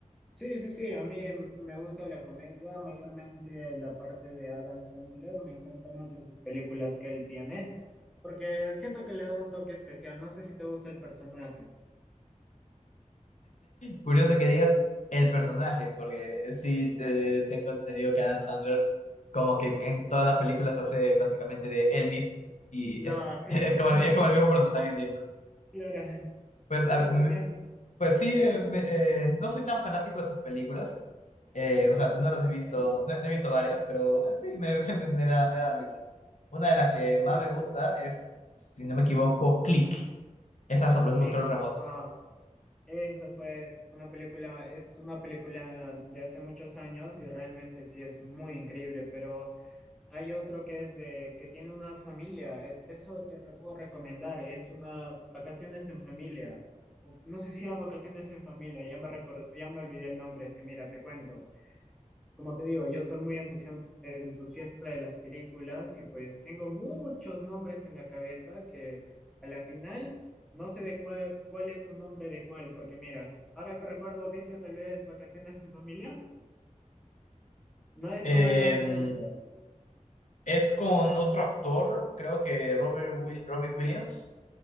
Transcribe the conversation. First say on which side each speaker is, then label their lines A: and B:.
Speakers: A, in the centre; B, on the left.
A: Sí, sí, sí, a mí me gusta la comedia, mayormente la parte de Adam Sandler, me encantan mucho sus películas que él tiene, porque siento que le da un toque especial, no sé si te gusta el personaje.
B: Curioso que digas el personaje, porque sí eh, tengo entendido que Adam Sandler como que en todas las películas hace básicamente de él mismo y
A: No,
B: es, <laughs>
A: sí,
B: es
A: <laughs>
B: como el, es como el mismo personaje siempre.
A: claro,
B: Pues
A: por
B: a-
A: eso también,
B: Pues sí, eh, me- eh, no soy tan fanático de sus películas. eh, o sea, no las he visto,
A: era-
B: no, no he visto varias, pero eh, sí, me, <laughs> me- me- me da, me da risa. Una de las que más
A: claro,
B: me gusta es, si no me equivoco, Click, esa sobre un
A: click.
B: control remoto.
A: Ah, esa fue una película, es una película de hace muchos años y realmente sí es muy increíble, pero... Hay otro que es de que tiene una familia. es- Eso te lo puedo recomendar. Es una vacaciones en familia. o- No sé si era vacaciones en familia, ya me recor- ya me olvidé el nombre, es que mira, te cuento. Como te digo, yo soy muy entusias- entusiasta de las películas y pues tengo muchos nombres en la cabeza que a la final no sé de cuál, cuál es su nombre de cuál, porque mira, ahora que recuerdo, ¿viste tal vez Vacaciones en Familia? No es
B: Em,
A: con Adam Sandler.
B: es con otro actor, creo que Robert Will, Robbie Williams.